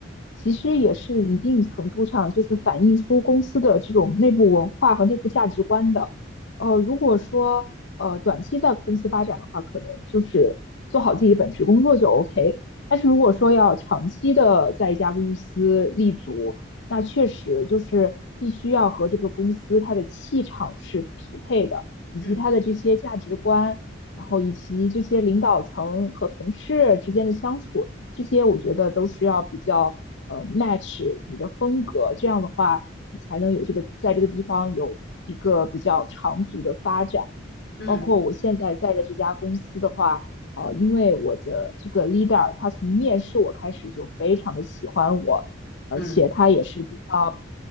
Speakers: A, on the left (about 65°); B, on the left (about 50°).
A: 其实也是一定程度上就是反映出公司的这种内部文化和内部价值观的。呃，如果说呃短期在公司发展的话，可能就是做好自己本职工作就 OK。但是如果说要长期的在一家公司立足，
B: 嗯
A: 那确实就是必须要和这个公司它的气场是匹配的，以及它的这些价值观，
B: 嗯
A: 然后以及这些领导层和同事之间的相处，这些我觉得都是要比较呃 match 你的风格，这样的话你才能有这个在这个地方有一个比较长足的发展。
B: 嗯嗯嗯。
A: 包括我现在在的这家公司的话，呃，因为我的这个 leader 他从面试我开始就非常的喜欢我，而且他也是比较
B: 嗯